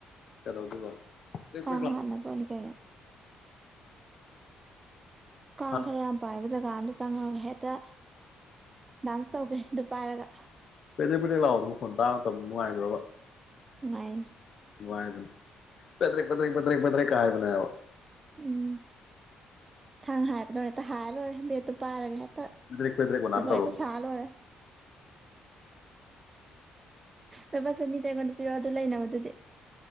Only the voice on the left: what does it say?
ꯀꯩꯗꯧꯗꯣꯏꯕ ꯄꯦꯗ꯭ꯔꯦꯛ
ꯄꯦꯗ꯭ꯔꯦꯛ ꯂꯥꯎ
ꯑ
ꯄꯦꯗ꯭ꯔꯦꯛ ꯄꯦꯗ꯭ꯔꯦꯛ ꯂꯥꯎꯕꯗꫭ ꯃꯈꫭꯟ ꯇꯥꯕ ꯃꯇꯝ ꯅꯨꯡꯉꯥꯏꯕꯔꯕ
ꯅꯨꯡ ꯉꯥꯏꯕꯅꯦ ꯄꯦꯗ꯭ꯔꯦꯛ ꯄꯦꯗ꯭ꯔꯦꯛ ꯄꯦꯗ꯭ꯔꯦꯛ ꯄꯦꯗ꯭ꯔꯦꯛꯀ ꯈꯥꯏꯕꯅꯦꯕ
ꯄꯦꯗ꯭ꯔꯦꯛ ꯄꯦꯗ꯭ꯔꯦꯛ ꯃꯅꯥꯟ
ꯇꯧꯔꯣ